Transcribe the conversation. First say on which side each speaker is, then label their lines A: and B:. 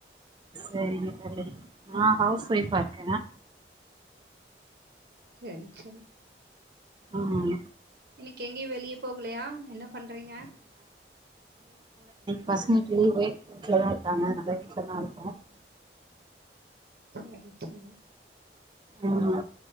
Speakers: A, on the right (about 25°); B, on the right (about 60°).
A: செரி ஆஹ் நான் ஹவுஸ் வைஃப் ஆஹா
B: செரி செரி
A: ஆஹம்
B: இன்னைக்கு எங்கயோ வெளிய போகலையா என்ன பண்றீங்க
A: பசங்கட்லேய வீட்ல தான் இருக்காங்க நம்ம வீட்டில் தான் இருக்கனும்
B: செரி செரி
A: உஹம்